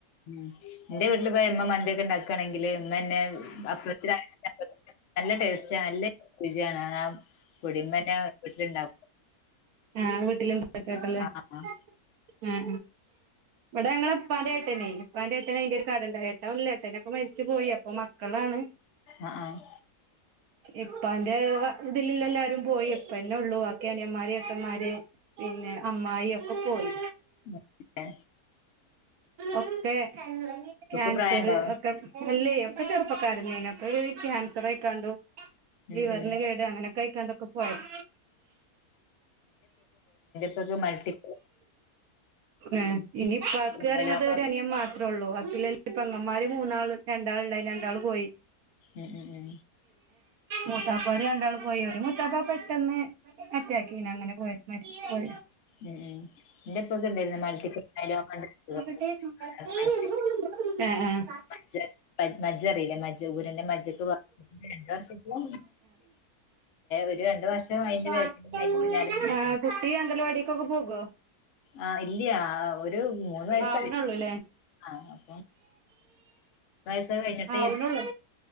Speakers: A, on the left; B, on the right.
A: ഉം എന്റെ വീട്ടില് പോയ മ്മ മന്തിയൊക്കെ ഉണ്ടാക്കണെങ്കില് ന്നെ അപ്പത്തി <unintelligible> നല്ല ടേസ്റ്റ് നല്ല രുചിയാണ്. പൊടി ഉമ്മാന്നെ വീട്ടിൽ ഉണ്ടാക്കും
B: ആ വീട്ടില് എന്തക്കക്കല്ലേ
A: ആഹ്
B: ആ ആ ഇവിടെ ഞങ്ങളെ ഉപ്പാന്റെ ഏട്ടനെ ഉപ്പാന്റെട്ടന് ഒരു കടയിണ്ടായി ട്ടോ ഇല്ല ഏട്ടനൊക്കെ മരിച്ചു പോയി. അപ്പൊ മക്ക കളാണ്
A: ആഹ് ആഹ്
B: ഇപ്പാന്റെ വ ഇതിലെല്ലാരും പോയി. ഇപ്പന്നൊള്ളു ബാക്കി അനിയന്മാര് ഏട്ടന്മാര് പിന്നേ... അമ്മായി ഒക്കെ പോയി.
A: മ്
B: ഒക്കെ
A: ഇവക്ക്
B: കാൻസറ്
A: പ്രായണ്ടോ
B: ഒക്കെ അല്ലെ ക്കെ ചെറുപ്പക്കാരന്നാണ് അതോര് ക്യാൻസറയ്ക്കാണ്ടും
A: ഉം
B: ലിവറിന്
A: ഉം
B: കേട് അങ്ങനെ ക്കയ്ക്കാണ്ടൊക്കെ പോയത്
A: അത് മൾട്ടിപ്
B: എ ഇനിപാക്കറിയിണതൊരനിയൻമാത്രൊള്ളു.
A: മൈലോമ
B: ല്ലപ്പ പെങ്ങമ്മാര് മൂന്നാള് രണ്ടാള്ണ്ടായിന്ന് രണ്ടാള് പോയി
A: എ എ എ
B: മുത്താപ്പാര് രണ്ടാളും പോയോര് മുത്താപ്പ പെട്ടെന്ന് അറ്റാക്കേന്നു അങ്ങനെ പോയത് മരിച്ചുപോയി
A: ഉം ഉം എന്റെ ഉപ്പക്ക് ഉണ്ടായിരുന്നു മൾട്ടിപ്പിൾ മൈലോമ ഉണ്ട് അസുഖം
B: <inaudible>
A: അതാണ് മജ്ജ
B: അ അ
A: മജ്ജ മജ്ജറിയിലെ ജൂരന്റെ മജ്ജക്ക് രണ്ട വർഷെങ്കിലും ഒരു രണ്ട വർഷം അതിന്റെ
B: ആ...
A: ബാക്കിൽ അതിന്റെ പിന്നാലെ ഞാൻ.
B: കുട്ടി അംഗൽവാടിക്കൊക്കെ പോകോ..
A: ആ ഇല്ല്യാ.. ഒരു മൂന്ന് വയസ്സായി
B: ആവണള്ളൂല്ലേ
A: ആ അപ്പ വയസ കഴിഞ്ഞിട്ട്
B: ആവണുള്ളൂ